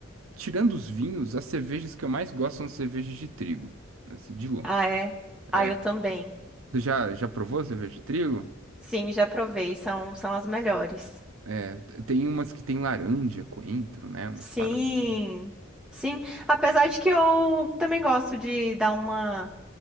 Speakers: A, on the right; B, in the centre.
A: tirando os vinhos, as cervejas que eu mais gosto são cervejas de trigo, né, assim, de longe.
B: Ah, é. Ah,
A: É.
B: eu também.
A: Você já, já provou cerveja de trigo?
B: Sim, já provei, são, são as melhores.
A: É, t- tem umas que tem laranja, coentro, né? Umas
B: Sim,
A: paradas assim.
B: sim. Apesar de que eu também gosto de dar uma